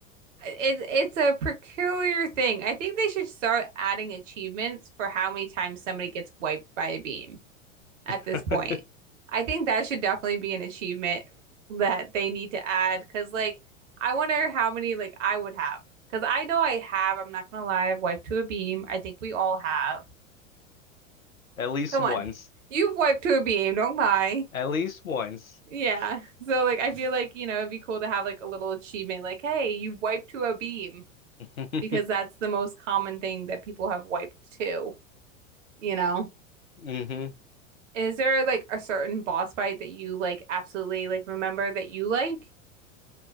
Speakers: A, on the right; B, on the left.
A: It's it's a peculiar thing. I think they should start adding achievements for how many times somebody gets wiped by a beam at
B: <laughs>
A: this point. I think that should definitely be an achievement that they need to add because like I wonder how many like I would have because I know I have. I'm not gonna lie. I've wiped to a beam. I think we all have.
B: At least
A: Come
B: once.
A: on, you've wiped to a beam. Don't lie.
B: At least once.
A: Yeah. <laughs> So like I feel like you know it'd be cool to have like a little achievement like hey you wiped to a beam.
B: <laughs>
A: because that's the most common thing that people have wiped too, you know?
B: hmm
A: Is there like a certain boss fight that you like absolutely like remember that you like?